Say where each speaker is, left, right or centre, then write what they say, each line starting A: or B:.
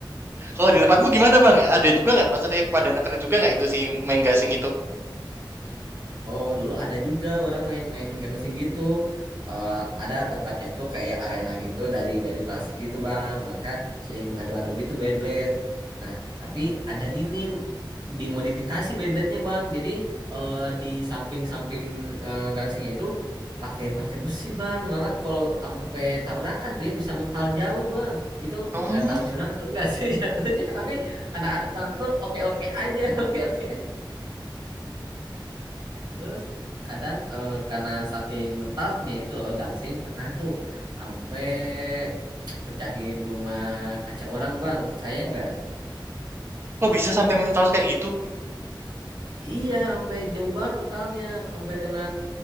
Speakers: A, on the right; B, on the right.
A: Kalau di tempatmu gimana bang? Ada juga nggak? Maksudnya pada ngetren juga nggak itu si main gasing itu?
B: Oh, dulu ada juga orang main-main gangsing gitu. Eh, ada tempatnya tuh kayak arena gitu dari dari plastik gitu, Bang. Maka sering ngadu-adu gitu Beyblade. Nah, tapi ada ini dimodifikasi Beyblade-nya, Bang. Jadi eh, di samping-samping eh, gangsingnya itu pakai pakai besi, Bang. Malah kalau sampai tabrakan tuh ya bisa mental jauh, Bang. Itu
A: Hmm,
B: nggak tahu curang atau enggak sih <laughs> jatuhnya, tapi anak-anak sekarang tuh oke-oke aja, <laughs> oke-oke Terus kadang eh, karena saking mentalnya itu eh, gangsing pernah tuh sampai <tsk> pecahin rumah kaca orang bang percaya nggak?
A: kok bisa sampai mental kayak gitu?
B: Iya, sampai jauh banget mentalnya, sampai kena